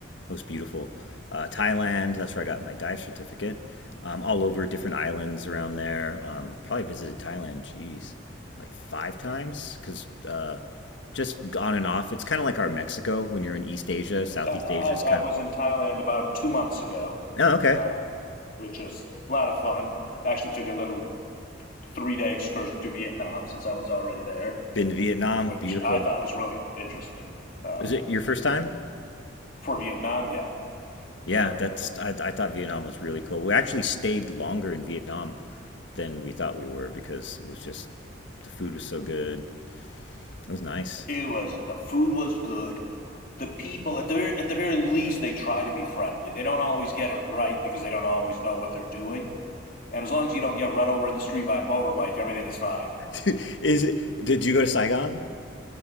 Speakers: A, on the left (about 70°); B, on the left (about 45°).
A: most beautiful. Uh, Thailand. That's where I got my dive certificate. Um, all over different islands around there. Um, probably visited Thailand. Jeez, like five times because uh, just on and off. It's kind of like our Mexico when you're in East Asia. Southeast
B: Uh, no, I,
A: Asia is kind
B: I was
A: of.
B: in Thailand about two months ago,
A: Oh, okay.
B: um, which was a lot of fun. Actually, took a little three day excursion to Vietnam since I was already there.
A: Been to Vietnam.
B: which
A: Beautiful.
B: I thought was really interesting. Um,
A: Is it your first time?
B: for Vietnam, yeah.
A: Yeah,
B: So
A: that's I, I thought Vietnam was really cool. We actually stayed longer in Vietnam than we thought we were because it was just the food was so good. It was nice.
B: it was the food was good. The people at the at the very least they try to be friendly. They don't always get it right because they don't always know what they're doing. And as long as you don't get run over in the street by a motorbike, everything is fine.
A: <laughs> Is it? Did you go to Saigon?